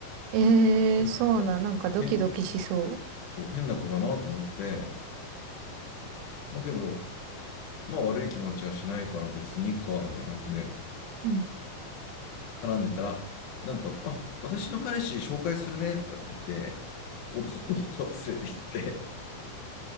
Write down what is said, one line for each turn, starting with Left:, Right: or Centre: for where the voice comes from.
Right: ええー、
Left: 変な子だ、
Right: そうなん、なんかドキドキしそ
Left: 変な、そう、変な子だなと思って、まあけど、まあ悪い気持ちはしないから別にいいか、みたいな感じで
Right: う。うん。
Left: 絡んでたら、なんか、あ、私の彼氏紹介するね、とかって言って、男の子を連れてきて、